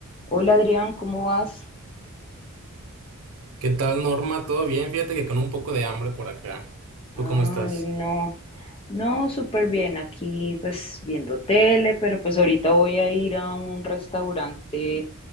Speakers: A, on the left; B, on the right.
A: Hola Adrián, ¿cómo vas?
B: ¿Qué tal, Norma? ¿Todo bien? Fíjate que con un poco de hambre por acá. ¿Tú
A: Ay,
B: cómo estás?
A: no, no, súper bien, aquí pues viendo tele, pero pues ahorita voy a ir a un restaurante